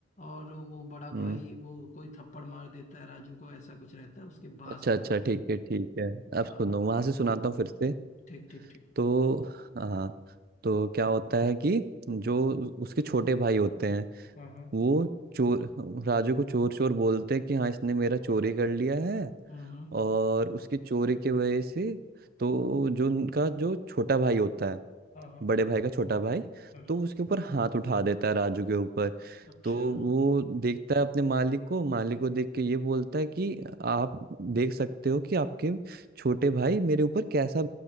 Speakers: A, on the left (about 40°); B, on the right (about 50°).
A: और वो बड़ा
B: हम्म
A: भाई वो कोई थप्पड़ मार देता है राजू को ऐसा कुछ रहता है उसके बाद
B: अच्छा
A: से
B: अच्छा
A: मैं
B: ठीक है ठीक है अब
A: हाँ
B: सुनो
A: हाँ
B: वहां से सुनाता हूँ फिर से
A: ठीक ठीक ठीक
B: तो हाँ तो क्या होता है कि जो उसके छोटे भाई होते हैं
A: हाँ हाँ
B: वो चोर राजू को चोर चोर बोलते हैं कि हाँ इसने मेरा चोरी कर लिया है
A: हम्म हम्म
B: और उसकी चोरी की वजह से तो जो उनका जो छोटा भाई होता है
A: हाँ हाँ
B: बड़े भाई का छोटा भाई
A: हाँ
B: तो
A: हाँ
B: उसके ऊपर हाथ उठा देता है राजू के ऊपर
A: अच्छा
B: तो वो देखता है अपने मालिक को मालिक को देख के ये बोलता है कि आप देख सकते हो कि आपके छोटे भाई मेरे ऊपर कैसा